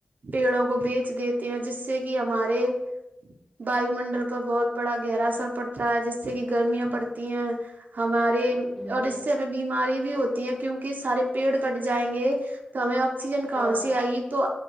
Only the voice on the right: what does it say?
پیڑوں کو بیچ دیتے ہیں جس سے کے ہمارے وائیو منڈل پر بہت بڑا گہرا اثر پڑتا ہے جس سے کہ گرمیاں پڑتی ہیں ہمارے
اور اس
سے ہمیں بیماری بھی ہوتی ہیں کیوں کے سارے پیڑ کٹ جائیں گے تو ہمیں اکسیجن کہاں
سے ائی تو